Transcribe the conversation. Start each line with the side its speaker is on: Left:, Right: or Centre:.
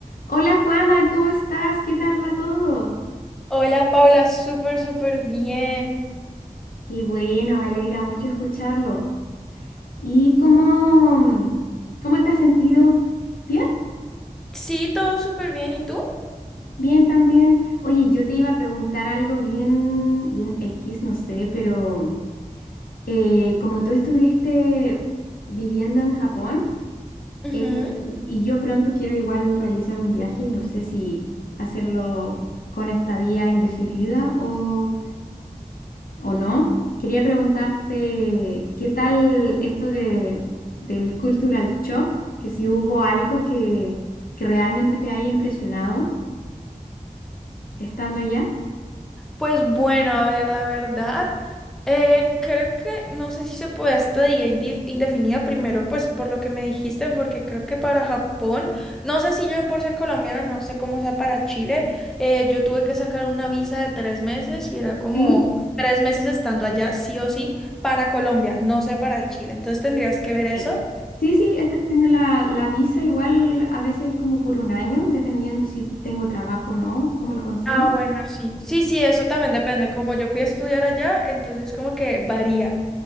Left: Hola Juana, ¿cómo estás? ¿Qué tal va todo?
Centre: Hola Paula, súper, súper bien.
Left: Qué bueno, me alegra mucho escucharlo. ¿Y cómo, mm, cómo te has sentido? ¿Bien?
Centre: Sí, todo súper bien. ¿Y tú?
Left: Bien también. Oye, yo te iba a preguntar algo bien, bien X, no sé, pero eh, como tú estuviste viviendo en Japón
Centre: Ujú.
Left: eh, y yo pronto quiero igual realizar un viaje y no sé si hacerlo con estadía indefinida o ¿O no? Quería preguntarte, ¿qué tal esto del, del cultural shock? Que si hubo algo que, que realmente te haya impresionado estando allá.
Centre: Pues bueno, a ver, la verdad, eh, creo que no sé si se puede estadía indi- indefinida primero, pues por lo que me dijiste, porque creo que para Japón, no sé si yo por ser colombiana, no sé cómo sea para Chile, eh, yo tuve que sacar una visa de tres meses y era como
Left: Sí,
Centre: tres meses estando allá, sí o sí, para Colombia, no sé para Chile. Entonces tendrías que ver eso.
Left: sí, sí, sí, estoy haciendo la, la visa igual a veces es como por un año, dependiendo si tengo trabajo o no, cómo lo consigo.
Centre: Ah, bueno, sí. Sí, sí, eso también depende. Como yo fui a estudiar allá, entonces como que varía.